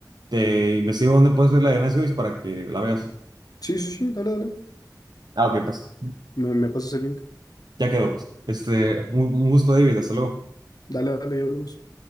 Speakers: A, on the right; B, on the left.
A: te investigo dónde puedes ver la de Nice Guys para que la veas.
B: Sí, sí, sí, dale, dale.
A: Ah, ok, pues.
B: Me, me pasas el link.
A: Ya quedó, pues. Este, un un gusto, David. Hasta luego.
B: Dale, dale, y hablamos.